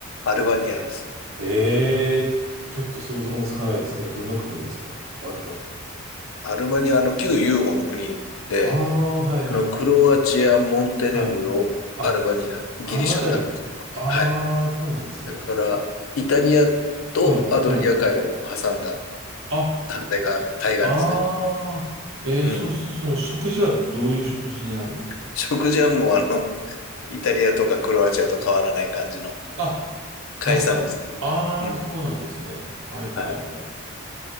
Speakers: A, on the left; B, on the right.
A: アルバニアです。
B: ええー、ちょっと想像もつかないですけど、どんな国ですかアルバニアって。
A: アルバニア、あの、旧ユーゴの国で、
B: ああ、はい、はい、
A: あの、
B: はい。
A: クロアチア、モンテネグロ、
B: はい。あ、
A: アルバニア、
B: あのあたり。
A: ギリシャってあるんですけど。
B: ああ、
A: はい。
B: そうなんですね。
A: だから、イタリアとアドリア海を挟んだ
B: うん、うん。あ、
A: 反対側、対岸ですね。
B: ああ、えー、
A: うん。
B: そうすると、その食事はどういう食事になるんですか
A: 食事はもう、あの、イタリアとかクロアチアと変わらない感じの
B: あ、
A: 海産物。
B: パスタ。ああ、
A: うん。
B: そうなんですね。はい、はい、
A: はい。
B: はい。